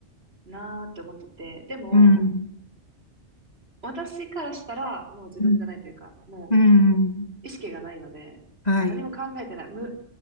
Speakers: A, on the right; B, on the left.
A: なーって思ってて、でも、
B: うん、
A: 私からしたらもう自分じゃないというか、
B: うん、
A: も
B: うん、
A: う意識がないので、
B: はい、
A: もう何も考えてない、無、